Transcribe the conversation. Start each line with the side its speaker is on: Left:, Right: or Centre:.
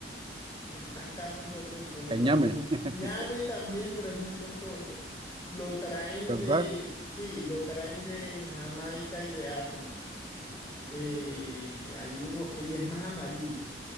Left: Acá nosotros compramos
Right: Éñame, <laughs>
Left: ñame también, pero es muy costoso. Lo traen
Right: ¿verdad?
Left: de, sí, lo traen de Jamaica y de África. Eh, hay uno, y es más amarillo.